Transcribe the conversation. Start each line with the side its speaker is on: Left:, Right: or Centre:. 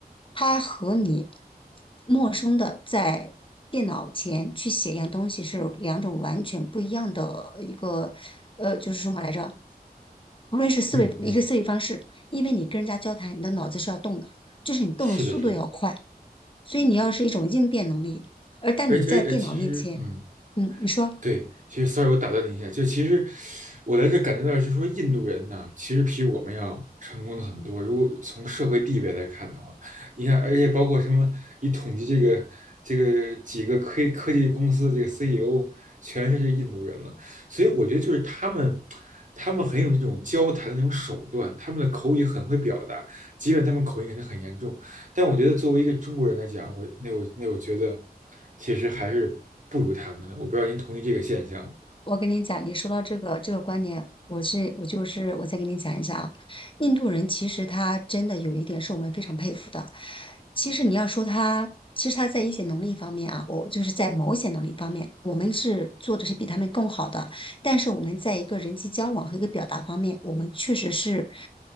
Left: 它和你陌生的在电脑前去写一样东西是两种完全不一样的一个呃，就是什么来着？无论是思维一个思维方式，
Right: 嗯嗯，
Left: 因为你跟人家交谈，你的脑子是要动的，就是你动的速度要快，
Right: 是的，是的，
Left: 所以你要是一种应变能力。而但你在电脑面前，
Right: 而且而而其实嗯。
Left: 嗯，你说，
Right: 对，其实 sorry，我打断你一下，就其实我在这感觉到，就是说印度人呢，其实比我们要成功的很多。如果从社会地位来看的话，你看，而且包括什么，你统计这个这个几个科科技公司的这个 CEO，全是这印度人了。所以我觉得就是他们，他们很有这种交谈的那种手段，他们的口语很会表达，即便他们口音肯定很严重，但我觉得作为一个中国人来讲，我那我那我觉得其实还是不如他们的。我不知道您同意这个现象吗？
Left: 我跟你讲，你说到这个这个观点，我是我就是我再给你讲一下啊。印度人其实他真的有一点是我们非常佩服的。其实你要说他，其实他在一些能力方面啊，我就是在某些能力方面，我们是做的是比他们更好的。但是我们在一个人际交往和一个表达方面，我们确实是